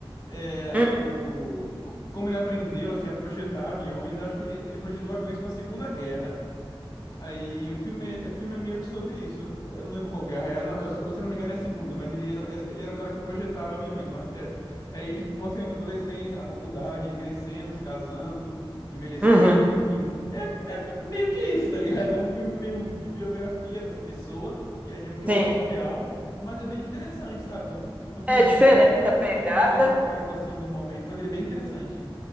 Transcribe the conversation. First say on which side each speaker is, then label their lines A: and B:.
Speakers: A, on the left (about 35°); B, on the right (about 15°).
A: é,
B: hum,
A: o, co- como ele aprendeu assim a projetar aviões. Acho que ele, ele projetou aviões para a Segunda Guerra. Aí o filme, é- o filme é meio que sobre isso. Eu não lembro qual guerra é. Eu, não- eu- eu, se não me engano, é a segunda, mas ele era, era- ele era um cara que projetava aviões, um arquiteto. Aí, tipo, mostra ele na adolescência, na faculdade, ele crescendo, se casando, envelhecendo,
B: uhum.
A: enfim. É, é p- meio que isso, tá ligado? É um filme meio de biografia dessa pessoa, que é de um, que é
B: Sim.
A: uma pessoa real, mas é bem interessante, sabe? Um- é um filme
B: É
A: bonito,
B: diferente a pegada,
A: um pouco melancólico, assim, em alguns momentos, mas ele é bem interessante.